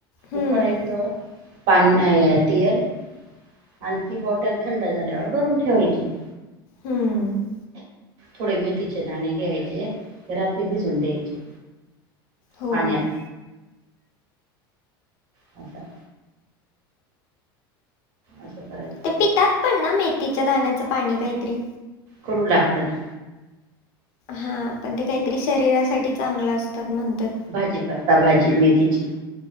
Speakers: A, on the left; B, on the right.
A: हम्म
B: उकळायचं आन तेल आणि ती बॉटल थंड झाल्यावर भरून ठेवायची.
A: हम्म
B: थोडे मेथीचे दाणे घ्यायचे, रात्री भिजून द्यायचे.
A: हो
B: पाण्यात.
A: हो
B: <inaudible> असं करायचं.
A: ते पितात पण ना, मेथीच्या दाण्याचं पाणी काहीतरी.
B: कडू लागतं ना.
A: हा पण ते काहीतरी शरीरासाठी चांगलं असतात म्हणतात.
B: भाजी करता भाजी मेथीची.